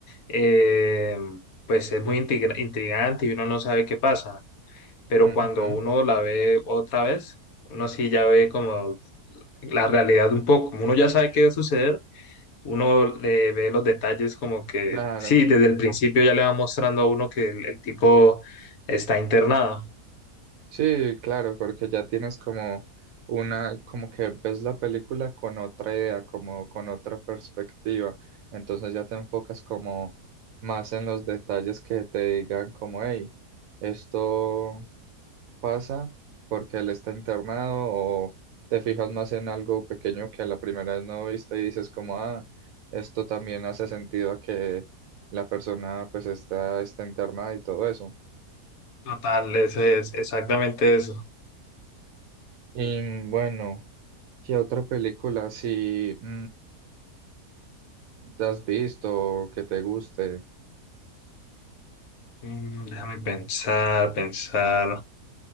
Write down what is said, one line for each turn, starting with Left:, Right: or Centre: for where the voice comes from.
Left: eh, pues es muy intriga- intrigante y uno no sabe qué pasa. Pero
Right: Ujú,
Left: cuando uno la ve otra vez, uno sí ya ve como la realidad un poco. Como uno ya sabe qué va a suceder, uno le ve los detalles como que,
Right: Claro,
Left: sí, desde el principio ya le va mostrando a uno que el, el tipo está internado.
Right: sí, claro, porque ya tienes como una, como que ves la película con otra idea, como con otra perspectiva, entonces ya te enfocas como más en los detalles que te digan como, hey, esto pasa porque él está internado o te fijas más en algo pequeño que la primera vez no viste y dices como, ah, esto también hace sentido a que la persona pues está, está internada y todo eso.
Left: Total, eso es exactamente eso.
Right: Y bueno, ¿qué otra película si te has visto o que te guste?
Left: Mm, déjame pensar, pensar.